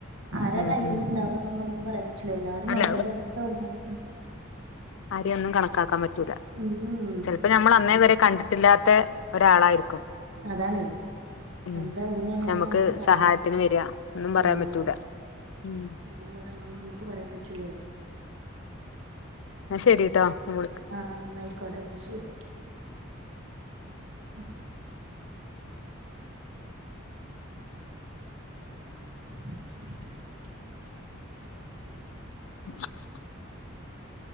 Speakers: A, on the right; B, on the left.
A: ആരാ
B: ഉം
A: ടൈമിൽ
B: ഉം
A: ഇണ്ടാവാന്നൊന്നും നമുക്ക് പറയാൻ പറ്റില്ല എല്ലാരും
B: അല്ല
A: നോക്കേണ്ട അവസ്ഥ വന്നാലും.
B: ആരെയൊന്നും കണക്കാക്കാൻ പറ്റൂല
A: ഉം ഉം
B: ചെലപ്പോ ഞമ്മൾ
A: അതാണ്
B: അന്നേ വരെ കണ്ടി ട്ടില്ലാത്തെ ഒരാളായിരിക്കും.
A: അതാണെ.
B: ഉം
A: എന്താ എങ്ങനെയന്നൊന്ന്
B: നമുക്ക്
A: നമ്മുക്ക് പറയാനേ
B: സഹായത്തിന് വരിക ഒന്നും പറയാൻ
A: ആഹ്
B: പറ്റൂല ഉം
A: അങ്ങ ഏതാന്നൊന്നും നമുക്ക് പറയാൻ പറ്റില്ലല്ലോ.
B: ന്നാ ശരിട്ടോ ഞാൻ വിളിക്കാ
A: ആഹ് ന്ന ആയിക്കോട്ടെ എന്നാ ശരി. ഉം <unintelligible>
B: <unintelligible>